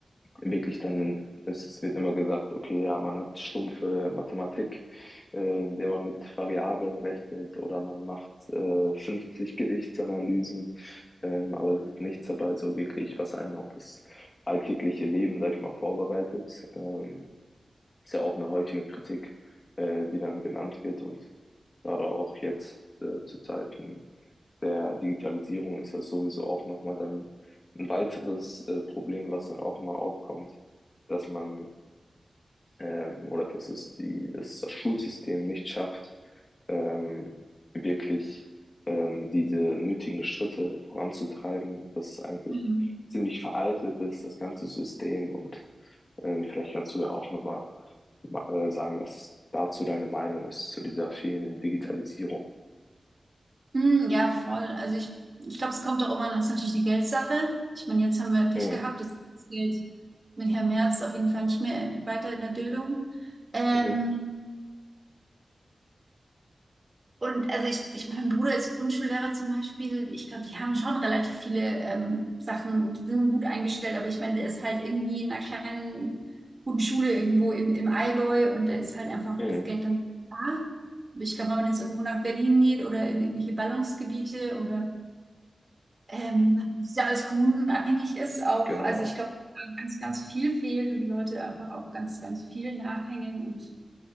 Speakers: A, on the left; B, on the right.
A: wirklich dann, es, es wird immer gesagt, okay, ja, man hat stumpfe Mathematik, äh, in der man mit Variablen rechnet oder man macht äh, 50 Gewichtsanalysen, ähm, aber es ist nichts dabei so wirklich, was einen auf das alltägliche Leben, sag ich mal, vorbereitet. Ähm, ist ja auch eine häufige Kritik, äh, die dann genannt wird und gerade auch jetzt äh, zu Zeiten der Digitalisierung ist das sowieso auch nochmal dann ein weiteres äh, Problem, was dann auch immer aufkommt, dass man ähm, oder dass es die, dass das Schulsystem nicht schafft, ähm, wirklich ähm, diese nötigen Schritte voranzutreiben, dass es eigentlich
B: mhm.
A: ziemlich veraltet ist, das ganze System und ähm, vielleicht kannst du ja auch nochmal äh, sagen, was dazu deine Meinung ist, zu dieser fehlenden Digitalisierung.
B: Mhm, ja, voll. Also ich, ich glaube, es kommt auch immer, das ist natürlich eine Geldsache. Ich meine, jetzt haben wir Pech
A: Mhm.
B: gehabt, jetzt ist das Geld mit Herrn Merz auf jeden Fall nicht mehr weiter in der Bildung. Ähm,
A: Mhm.
B: Und also ich, ich, mein Bruder ist Grundschullehrer zum Beispiel. Ich glaube, die haben schon relativ viele ähm, Sachen und sind gut eingestellt. Aber ich meine, der ist halt irgendwie in einer kleinen, guten Schule irgendwo im, im Allgäu und da ist halt einfach
A: Mhm.
B: das Geld dann da. Ich glaube, wenn man jetzt irgendwo nach Berlin geht oder in irgendwelche Ballungsgebiete oder ähm, das ist ja alles kommunenabhängig ist, auch,
A: Genau.
B: also ich glaube, da ganz, ganz viel fehlt und die Leute einfach auch ganz, ganz viel nachhängen und